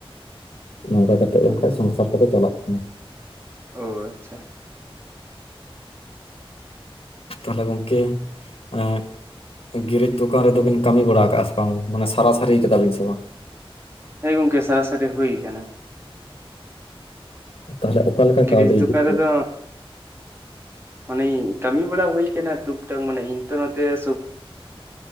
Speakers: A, on the left; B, on the right.
A: ᱱᱚᱝᱠᱟ ᱠᱟᱛᱮᱜ ᱵᱟᱝᱠᱷᱟᱡ ᱥᱚᱝᱥᱟᱨ ᱠᱚᱫᱚ ᱪᱟᱞᱟᱜ ᱠᱟᱱᱟ᱾
B: ᱚ ᱟᱪᱪᱷᱟ᱾
A: ᱛᱟᱦᱚᱞᱮ ᱜᱚᱢᱠᱮ ᱮ ᱜᱤᱨᱮᱡ ᱫᱚᱠᱟᱱ ᱨᱮᱫᱚ ᱵᱤᱱ ᱠᱟᱹᱢᱤ ᱵᱟᱲᱟ ᱟᱠᱟᱜ-ᱟ ᱥᱮ ᱵᱟᱝ ᱢᱟᱱᱮ ᱥᱟᱨᱟᱼᱥᱟᱨᱤ ᱠᱟᱫᱟ ᱵᱤᱱ ᱥᱮ ᱵᱟᱝ?
B: ᱦᱮᱸ ᱜᱚᱢᱠᱮ ᱥᱟᱨᱟᱼᱥᱟᱨᱤ ᱦᱩᱭ ᱠᱟᱱᱟ᱾
A: ᱛᱟᱦᱚᱞᱮ ᱚᱠᱟᱞᱮᱠᱟ
B: ᱜᱮᱨᱮᱡᱽ
A: ᱠᱟᱹᱣᱰᱤ ᱦᱤᱡᱩᱜ
B: ᱫᱚᱠᱟᱱ
A: ᱜᱮᱭᱟ?
B: ᱨᱮᱫᱚ ᱢᱟᱱᱮᱧ ᱠᱟᱹᱢᱤ ᱵᱟᱲᱟ ᱦᱩᱭ ᱟᱠᱟᱱᱟ ᱴᱩᱠ ᱴᱟᱠ ᱢᱟᱱᱮ ᱤᱧ ᱛᱚ ᱱᱚᱛᱮ ᱥᱩᱠ